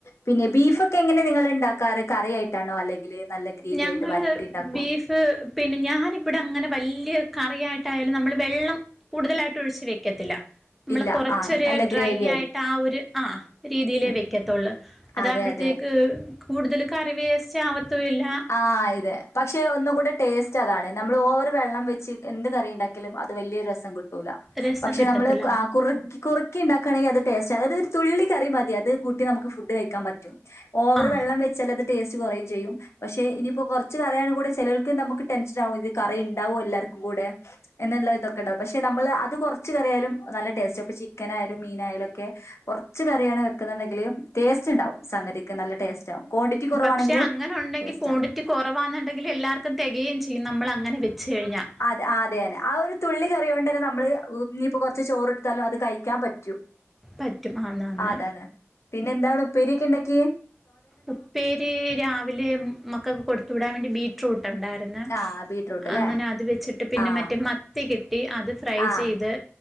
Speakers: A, on the left; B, in the centre.
A: പിന്നെ ബീഫ് ഒക്കെ എങ്ങനെ നിങ്ങൾ ഉണ്ടാക്കാറ് കറിയായിട്ടാണോ അല്ലെങ്കിൽ നല്ല ഗ്രേവി
B: ഞങ്ങള്
A: ആയിട്ട് വരട്ടി ഉണ്ടാക്കുവോ?
B: ബീഫ് പിന്നെ ഞാനിവിടെ അങ്ങനെ വലിയ കറിയായിട്ടായാലും നമ്മള് വെള്ളം കൂടുതലായിട്ട് ഒഴിച്ചു വെക്കത്തില്ല നമ്മള്
A: ഇല്ല
B: കൊറച്ചൊരു
A: ആഹ് നല്ല
B: ഡ്രൈ
A: ഗ്രേവി
B: ആയിട്ട് ആഹ് ഒരു ആഹ് രീതിയിലെ
A: ഉം
B: വെക്കത്തൊള്ള് അതാകുമ്പൊഴത്തേക്ക്
A: അതെ അതെ
B: കൂടുതൽ കറി വേസ്റ്റ് ആവത്തുല്ല
A: ആഹ് ഇതെ പക്ഷെ ഒന്ന് കൂടെ ടേസ്റ്റ് റ്റതാണ് നമ്മൾ ഓവർ വെള്ളം വെച്ച് എന്ത് കറി ഉണ്ടാക്കിയാലും അത് വലിയൊരു രസം കിട്ട കിട്ടുല്ല
B: രസം
A: പക്ഷെ
B: കിട്ടത്തില്ല
A: നമ്മള് ആഹ് കുറു കുറുക്കിയിണ്ടാക്കാണെങ്കി അത് ടേസ്റ്റ് അതായത് തുള്ളി കറി മതി അത് കൂട്ടി നമുക്ക് ഫുഡ് കഴിക്കാൻ പറ്റും. ഓവർ
B: ആ
A: വെള്ളം വെച്ചാൽ അത് ടേസ്റ്റ് കുറെയെം ചെയ്യും പക്ഷെ ഇനിയിപ്പോ കുറച്ച് കറിയാണ് കൂടെ ചിലവർക്ക് നമുക്ക് ടെൻഷൻ ആകും ഇത് കറിയുണ്ടാവുവോ എല്ലാവർക്കും കൂടെ എന്നുള്ള ഇതൊക്കെ ഉണ്ടാവും പക്ഷെ നമ്മള് അത് കുറച്ച് കറിയാലും നല്ല ടേസ്റ്റയിപ്പ ചിക്കനയാലും മീനയാലുക്കെ കുറച്ച് കറിയാണ് വെക്കുന്നുണ്ടെങ്കില് ടേസ്റ്റ് ഉണ്ടാവും സംഗതിക്ക് നല്ല ടേസ്റ്റ് ആകും ക്വാണ്ടിറ്റി കുറവാണെങ്കിലും
B: പക്ഷെ അങ്ങനെ ഉണ്ടെങ്കിൽ
A: ടേസ്റ്റ്
B: ക്വാണ്ടിറ്റി
A: ആണ്
B: കുറവാന്നുണ്ടെങ്കിൽ എല്ലാർക്കും തികയും ചെയ്യും നമ്മൾ അങ്ങനെ വെച്ച് കഴിഞ്ഞാ
A: അതെന്നെ ആഹ് ഒരു തുള്ളി കറി കൊണ്ട് തന്നെ നമ്മള് ഇനിയിപ്പോ കൊറച്ച് ചോറെടുത്താലും അത് കഴിക്കാൻ പറ്റും
B: പറ്റും ആന്നന്ന്
A: ആഹ് അതാണ് പിന്നെ എന്താവിടെ ഉപ്പേരി ഒക്കെ ഉണ്ടാക്കി
B: ഉപ്പേരി രാവിലെ മക്കൾക്ക് കൊടുത്തു വിടാൻ വേണ്ടി ബീ റൂട്ട് ഉണ്ടായിരുന്നു
A: ആഹ് ബീറ്റ്റൂട്ട് അല്ലേ
B: അങ്ങനെ അത് വെച്ചിട്ട് പിന്നെ
A: ആഹ്
B: മറ്റേ മത്തി കിട്ടി അത് ഫ്രൈ
A: ആഹ്
B: ചെയ്ത്